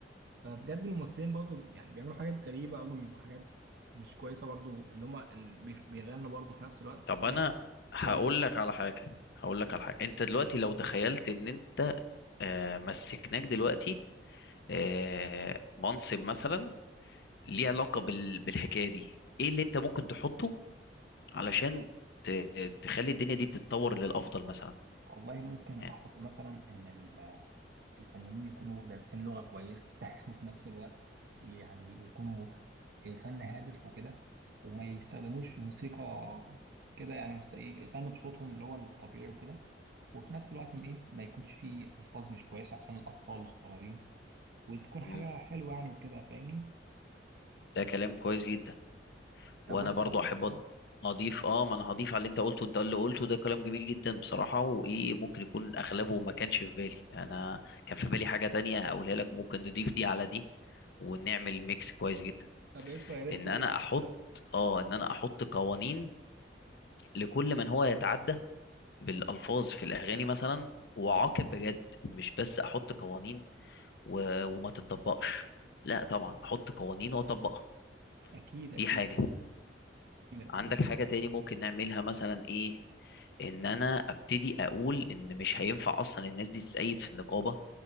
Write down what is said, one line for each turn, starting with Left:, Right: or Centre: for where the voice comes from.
Right: فبجد الممثلين برضو يعني بيعملوا حاجات غريبة قوي وحاجات مش كويسة برضو اللي هما ال- بيف- بيغنوا برضو في نفس الوقت
Left: طب
Right: في
Left: انا
Right: ناس مش
Left: هقول
Right: كويسة
Left: لك على حاجة هقول لك على حاجة انت دلوقتي لو تخيلت ان انت آه، مسكناك دلوقتي آه، منصب مثلا ليه علاقة بال- بالحكاية دي ايه اللي انت ممكن تحطه علشان ت- تخلي الدنيا دي تتطور للأفضل مثلا
Right: والله ممكن
Left: يعني
Right: احط مثلا ان ال الفنانين يكونوا دارسين لغة كويس <laughs> وفي نفس الوقت يعني يكونوا فن هادف وكده وما يستخدموش موسيقى كده يعني مست- يغنوا بصوتهم اللي هو الطبيعي وكده وفي نفس الوقت ما ايه ما يكونش فيه ألفاظ مش كويسة عشان الأطفال الصغيرين وتكون
Left: مم،
Right: حاجة حلوة يعني وكده فاهمني
Left: ده كلام كويس جدا
Right: طب
Left: وانا
Right: وانت
Left: برضو
Right: نفسك
Left: احب
Right: طب
Left: أض- اضيف اه ما انا هضيف على اللي انت قلته انت اللي قلته ده كلام جميل جدا بصراحة وايه ممكن يكون اغلبه ما كانش في بالي انا كان في بالي حاجة تانية هقولها لك ممكن نضيف دي على دي ونعمل ميكس كويس جدا
Right: طب قشطة يا ريت
Left: ان
Right: تقول
Left: انا احط اه ان انا احط قوانين لكل من هو يتعدى بالالفاظ في الاغاني مثلا واعاقب بجد مش بس احط قوانين و... وما تتطبقش لا طبعا احط قوانين واطبقها
Right: أكيد
Left: دي
Right: أكيد
Left: حاجة
Right: كمل
Left: عندك
Right: كمل
Left: حاجة تاني ممكن نعملها مثلا ايه ان انا ابتدي اقول ان مش هينفع اصلا الناس دي تتأيد في النقابة